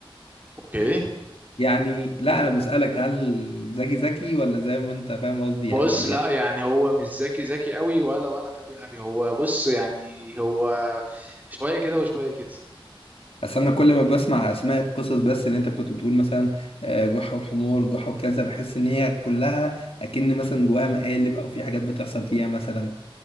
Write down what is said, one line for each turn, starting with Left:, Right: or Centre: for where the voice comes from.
Right: اوكي
Left: يعني لا انا بسالك هل ذكي ذكي ولا زي ما انت فاهم قصدي يعني
Right: بص لا يعني هو مش ذكي ذكي قوي ولا ولا غبي غبي هو بص يعني هو شويه كده وشويه كده
Left: اصل انا كل ما بسمع اسماء القصص بس اللي انت كنت بتقول مثلا آه، جحا والحمار جحا وكذا بحس ان هي كلها اكن مثلا جواها مقالب او في حاجات بتحصل فيها مثلا